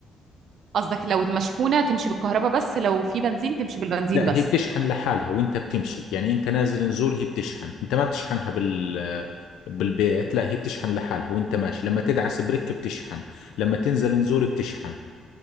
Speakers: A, on the right; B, on the left.
A: قصدك لو مشحونة تمشي بالكهرباء بس لو في بنزين تمشي بالبنزين
B: لا
A: بس
B: هي بتشحن لحالها وانت بتمشي يعني انت نازل نزول هي بتشحن انت ما بتشحنها بال آه، بالبيت لا هي بتشحن لحالها وانت ماشي لما تدعس بريك بتشحن لما تنزل نزول بتشحن